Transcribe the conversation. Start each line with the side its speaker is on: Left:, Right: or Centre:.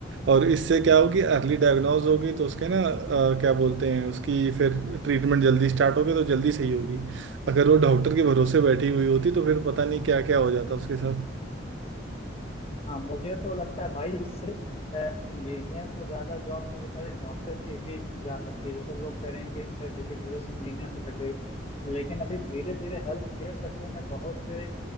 Right: और इससे क्या होगी अर्ली डायग्नोज हो गई तो उसके ना अ, क्या बोलते हैं उसकी फिर ट्रीटमेंट जल्दी स्टार्ट होगी तो जल्दी सही होगी अगर वो डॉक्टर के भरोसे बैठी हुई होती तो फिर पता नहीं क्या क्या हो जाता उसके साथ
Left: मुझे तो लगता है भाई इससे इंजीनियर से ज्यादा जॉब तो बेचारे डॉक्टर्स की भी जा सकती है जैसे लोग कह रहे हैं कि चैट जीपीटी बस इंजीनियर हो सकते हैं, लेकिन अभी धीरे धीरे हेल्थ केयर सेक्टर में बहुत से